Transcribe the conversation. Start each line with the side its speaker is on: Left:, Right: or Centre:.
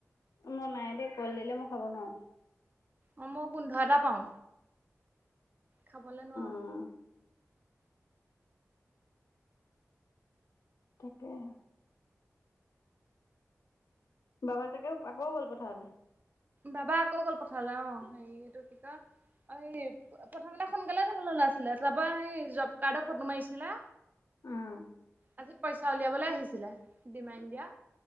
Left: মোৰ নাই দে কল দিলে মই খাব নোৱাৰো।
Right: অ মই গোন্ধ এটা পাও। খাবলৈ নুৱাও।
Left: উম, তাকেহে। বাবা চাগেও আকৌ গ'ল পথাৰলে।
Right: বাবা আকৌ গল পথাঅলে অ হেৰি এইটো কি কয় প্ৰথমতে সোনকালে যাবলৈ ওলাইছিলে তাৰপা সেই জব কাৰ্ডৰ ফটো মাৰিছিলে
Left: আহ
Right: আজি পইচা উলিয়াবলৈ আহিছিলে ডিমাইণ্ড দিয়া।